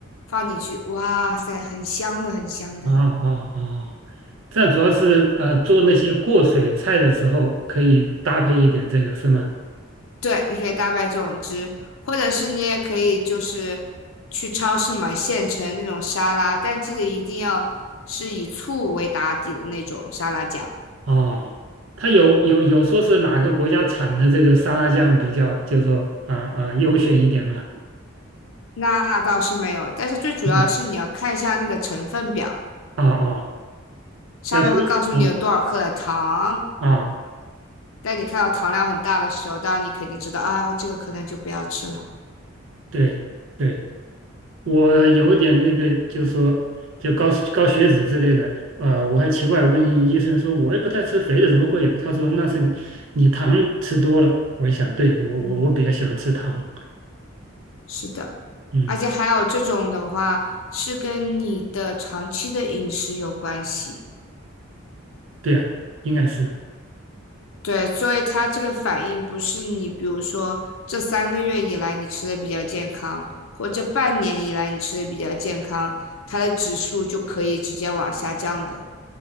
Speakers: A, on the left (about 80°); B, on the right (about 70°).
A: 放进去，哇塞，很香的，很香的。
B: 啊啊啊，这样主要是呃做那些过水菜的时候可以搭配一点这个是吗？
A: 对，你可以大卖这种汁，或者是你也可以就是去超市买现成那种沙拉，但记得一定要是以醋为打底的那种沙拉酱。
B: 哦，它有有有说是哪个国家产的这个沙拉酱比较，就是说啊啊优选一点吗？
A: 那倒是没有，但是最主要是你要看一下那个成分表，
B: 没有啊啊，
A: 上面会告诉你有多少克的糖。
B: 要注意啊啊
A: 但你看到糖量很大的时候，当然你肯定知道啊，这个可能就不要吃了。
B: 对对。我有点那个，就说就高高血脂之类的，呃，我还奇怪问医生说，我也不太吃肥的，怎么会有？他说那是你你糖吃多了。我一想，对，我我我比较喜欢吃糖，
A: 嗯，是的，
B: 嗯，
A: 而且还有这种的话是跟你的长期的饮食有关系。
B: 对啊，应该是
A: 对，所以它这个反应不是你，比如说这三个月以来你吃的比较健康，或这半年以来你吃的比较健康，它的指数就可以直接往下降的。